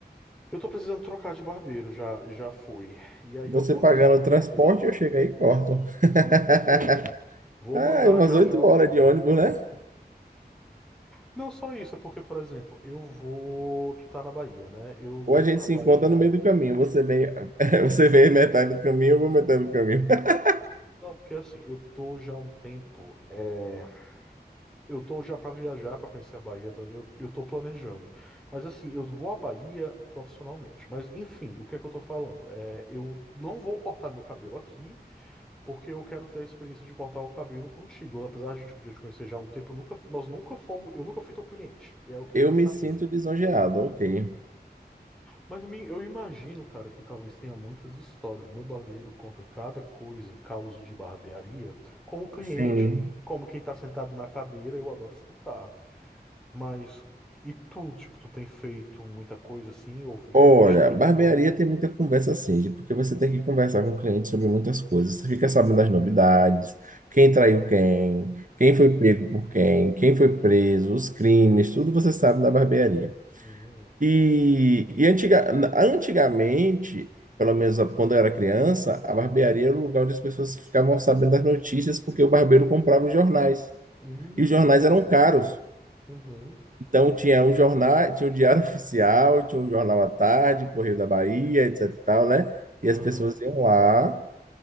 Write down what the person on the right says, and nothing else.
Você
pagando
o
transporte,
eu chego aí e corto. <laughs>
Ah,
é umas
oito
horas
de ônibus, né?
Ou a gente
se
encontra no meio do caminho. Você vem, <laughs> você vem metade do caminho, eu vou metade do caminho. <laughs>
Eu
me sinto lisonjeado, ok.
Sim.
Olha,
barbearia
tem muita conversa assim, de- porque você tem que conversar com o cliente sobre muitas coisas. Você fica sabendo das novidades, quem traiu quem, quem foi pego por quem, quem foi preso, os crimes, tudo você sabe da barbearia.
E, e antiga- antigamente, pelo menos quando eu era criança, a barbearia era o lugar onde as pessoas ficavam sabendo das notícias, porque o barbeiro comprava os jornais.
E os jornais eram caros.
Então tinha um jornal, tinha o Diário <laughs> Oficial, tinha o Jornal à Tarde, Correio da Bahia, etc e tal, né? E
as pessoas iam lá